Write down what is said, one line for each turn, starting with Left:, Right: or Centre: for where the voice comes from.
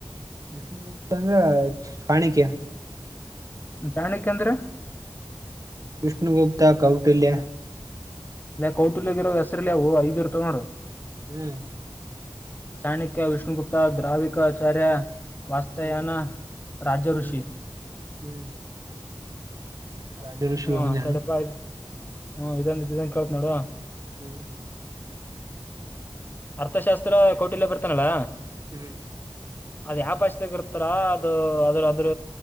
Right: ಹೋಗತಂದ್ರ ಹಾಣಿಕ್ಯ
Left: ಜಾಣಿಕ ಅಂದ್ರೆ
Right: ವಿಷ್ಣುಗುಪ್ತಾ ಕೌಟಿಲ್ಲಯ
Left: ಇಲ್ಲ ಕೌಟಿಲ್ಗಿರೋ ಹೆಸ್ರಲ್ಲ ಹ ಐದ ಇರ್ತವ ನೋಡು
Right: ಹ್ಮ್
Left: ಚಾಣಕ್ಯ ವಿಷ್ಣುಗುಪ್ತಾ ದ್ರಾವಿಕ ಆಚಾರ್ಯ ವಾಸ್ತಯನ
Right: ಹ್ಮ್
Left: ರಾಜಋಷಿ
Right: ಹ್ಮ್ ಹ್ಮ್ ರಾಜ ಋಷಿ
Left: ಹ್ಮ
Right: ಅವನ್ಯಾನು
Left: ತಡಪ ಹ್ಮ ಇದಂದ ಇದನ್ ಕೇಳತ್ ನೋಡ
Right: ಹ್ಮ್
Left: ಅರ್ಥಶಾಸ್ತ್ರ ಕೋಟಿಲ್ಲ ಬರ್ತಾನಲ್ಲ
Right: ಹ್ಮ್
Left: ಅದ್ ಯಾವ ಪಾಸ್ತಿಗ ಇರ್ತಾರ ಅದು ಅದ್ರ ಅದ್ರ